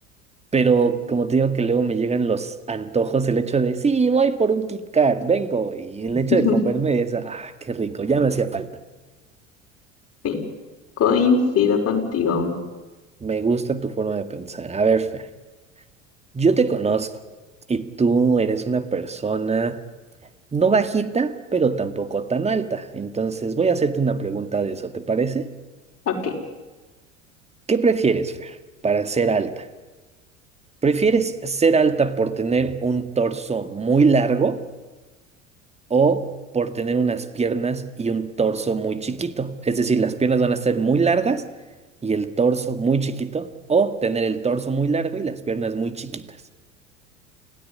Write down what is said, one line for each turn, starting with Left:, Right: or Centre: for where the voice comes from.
Right: Pero como te digo que luego me llegan los antojos, el hecho de, sí, voy por un Kit Kat, vengo. Y el
Left: <laughs>
Right: hecho de comerme es, ah, qué rico, ya me hacía falta.
Left: Sí, coincido contigo.
Right: Me gusta tu forma de pensar. A ver, Fer, yo te conozco y tú eres una persona no bajita, pero tampoco tan alta. Entonces voy a hacerte una pregunta de eso, ¿te parece?
Left: Ok.
Right: ¿Qué prefieres, Fer, para ser alta? ¿Prefieres ser alta por tener un torso muy largo? o por tener unas piernas y un torso muy chiquito. Es decir, las piernas van a ser muy largas y el torso muy chiquito, o tener el torso muy largo y las piernas muy chiquitas.